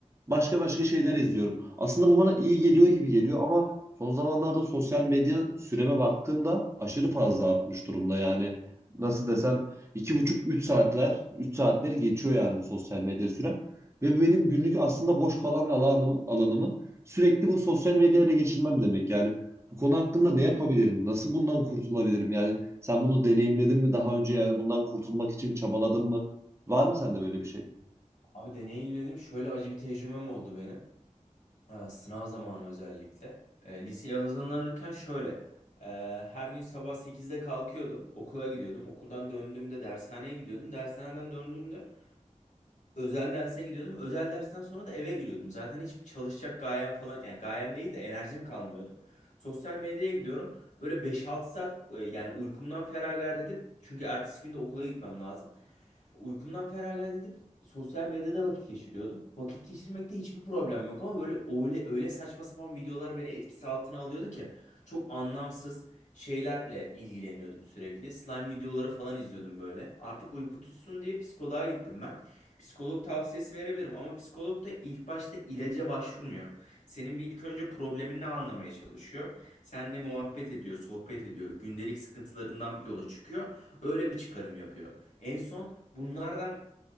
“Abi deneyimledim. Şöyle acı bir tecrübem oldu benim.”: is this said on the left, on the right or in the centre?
Left